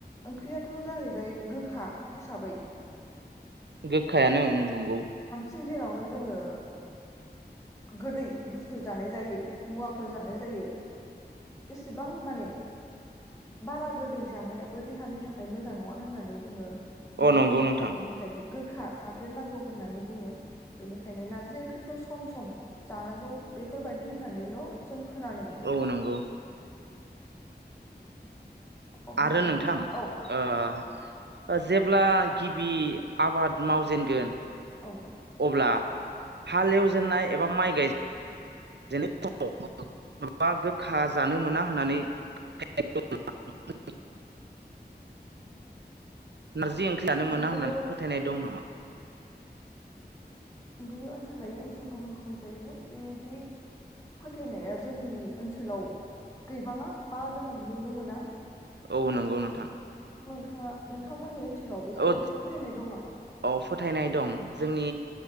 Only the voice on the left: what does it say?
ओंख्रियाथ' जाहैबाय गोखा हिसाबै।
सिन दिनावनो जोङो। गोदै बुस्थु जानाय जायो मुवाफोर जानाय जायो बेसेबां माने बारा गोदै जानायाबो देहानि थाखाय मोजां नङा होननानै जोङो। बुङो
बेनिखायनो गो। खा जादेरनांगौ होननानै बुङो बेनिखायनो नारजि ओंख्रिखौ सम सम। जानांगौ बेफोरबायदि होननानैल' जों खो। खोनानो मोनो।
अब्ला
औ
औ।
बियो
बेयो ओनसोल लायो ओनसोल गुबुन गुबुन जायो बेदि फोथायनाया जोंनि ओनसोलाव गैबाङा बा जोङो नुनो मोना।
थाङा नोंथांमोननि ओनसो सोलाव बेफोरबायदि
फोथायनाय दं नामा?